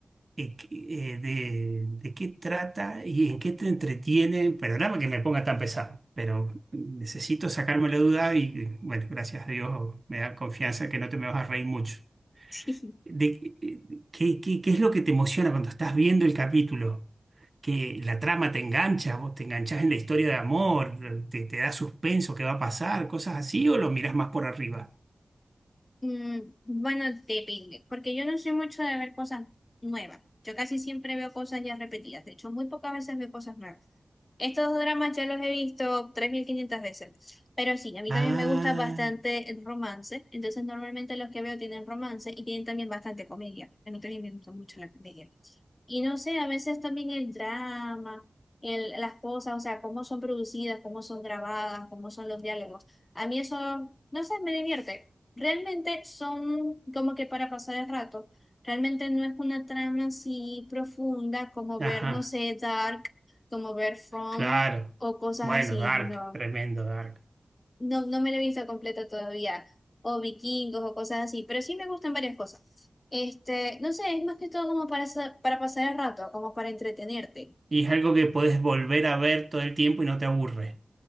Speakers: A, on the right; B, on the left.
A: eh, qué- eh, de, de qué trata y en qué te entretiene. Perdóname que me ponga tan pesado, pero necesito sacarme la duda y bueno, gracias a Dios me da confianza que no te me vas a reír mucho.
B: <laughs>
A: De, eh, qué, qué- qué es lo que te emociona cuando estás viendo el capítulo? Que la trama te engancha, vos te enganchás en la historia de amor, te, te da suspenso, qué va a pasar, cosas así, o lo mirás más por arriba.
B: Mm, bueno, depende, porque yo no soy mucho de ver cosas nuevas. Yo casi siempre veo cosas ya repetidas. De hecho, muy pocas veces veo cosas nuevas. Estos dramas ya los he visto 3.500 veces, pero sí, a mí
A: Ah,
B: también me gusta bastante el romance, entonces normalmente los que veo tienen romance y tienen también bastante comedia, a mí también me gusta mucho la comedia. Y no sé, a veces también el drama, el, las cosas, o sea, cómo son producidas, cómo son grabadas, cómo son los diálogos, a mí eso, no sé, me divierte. Realmente son como que para pasar el rato. Realmente no es una trama así profunda como
A: ajá,
B: ver, no sé, Dark como ver From
A: claro.
B: o cosas
A: Bueno,
B: así,
A: Dark,
B: no,
A: tremendo Dark.
B: no, no me la he visto completa todavía, o vikingos o cosas así, pero sí me gustan varias cosas. Este, no sé, es más que todo como para, sa- para pasar el rato, como para entretenerte.
A: Y es algo que podés volver a ver todo el tiempo y no te aburre.